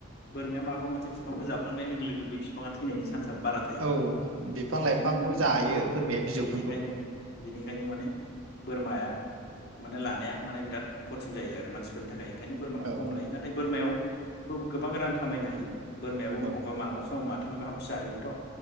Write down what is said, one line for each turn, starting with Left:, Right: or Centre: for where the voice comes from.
Left: बोरमाया माबा मोनसे बिफांखौ जाफ्लांनाय लोगो बै बिफाङा थैनायनि चान्सआ बारा थायो
Right: औ बिफां
Left: ओंखायनो
Right: लाइफांखौ
Left: माने
Right: जायो
Left: औ
Right: बोरमाया बिजौफोरखौ
Left: बिनिखायनो बिनिखायनो माने बोरमाया माने लानाया माने बिराद खथिन जायो आरो मानसिफोरनि थाखाय बेनिखायनो बोरमाखौ
Right: औ
Left: खम लायो नाथाय बोरमायावबो गोबां रां खामायनो हायो बोरमायाबो
Right: औ
Left: अबा मालाबा सम माव माथाम गाहाम फिसा होयोथ'